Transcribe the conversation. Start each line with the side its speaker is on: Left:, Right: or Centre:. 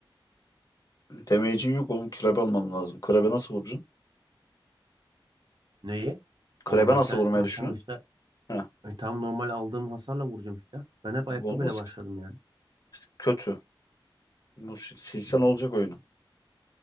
Left: Demeyicin yok oğlum. Krebe alman lazım. Krebe nasıl vuracaksın?
Right: Neyi?
Left: Krebe
Right: Oğlum başla-
Left: nasıl vurmayı
Right: başlangıçta
Left: düşünün? Heh.
Right: e, tam normal aldığım hasarla vuracağım işte. Ben hep ayakkabıyla
Left: Olmaz
Right: başladım
Left: ki.
Right: yani.
Left: İşte kötü. Bu şi- silsen
Right: Hı.
Left: olacak oyunu.